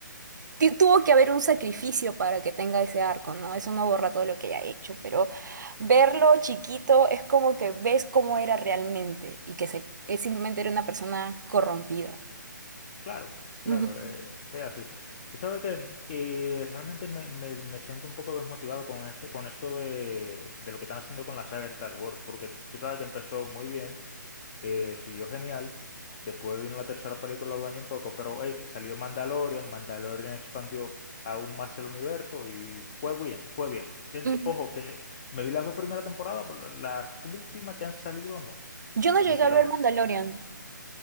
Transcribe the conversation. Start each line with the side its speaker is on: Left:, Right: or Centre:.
Right: ti- Tuvo que haber un sacrificio para que tenga ese arco, ¿no? Eso no borra todo lo que haya hecho, pero verlo chiquito es como que ves cómo era realmente y que se, que simplemente era una persona corrompida.
Left: Claro, claro,
Right: Ujú,
Left: eh, es así. Tú sabes que eh, realmente me, me- me siento un poco desmotivado con eso, con eso de, de lo que están haciendo con la saga de Star Wars, porque tú sabes que empezó muy bien, eh, siguió genial, después vino la tercera película, lo dañó un poco, pero hey, salió Mandalorian, Mandalorian expandió aún más el universo y fue bien, fue bien. Entiende-
Right: ujú.
Left: Ojo, que me vi las dos primeras temporadas, pero las últimas que han salido no,
Right: Yo no llegué
Left: sinceramente.
Right: a ver Mandalorian.